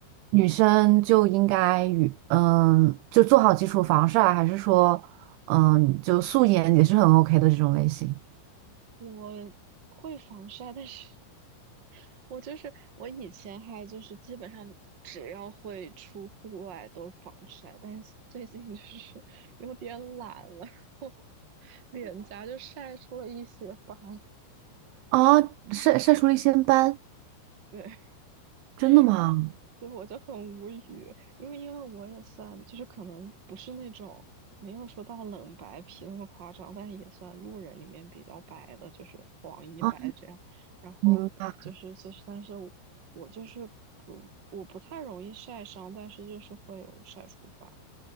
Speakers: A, on the right (about 85°); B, on the right (about 35°).
A: 女生就应该与嗯就做好基础防晒，还是说嗯就素颜也是很 OK 的这种类型
B: 我会防晒，但是我就是我以前还就是基本上只要会出户外都防晒，但是最近就是 <laughs> 有点懒了，然后脸颊就晒出了一些斑。
A: 啊？晒晒出了一些斑，
B: 对，
A: 真的吗？
B: 然后对我就很无语，因为因为我也算就是可能不是那种没有说到冷白皮那么夸张，但也算路人里面比较白的，就是黄一白这样。
A: 啊，
B: 然后就是就是，
A: 明白。
B: 但是我我就是不我不太容易晒伤，但是就是会有晒出斑。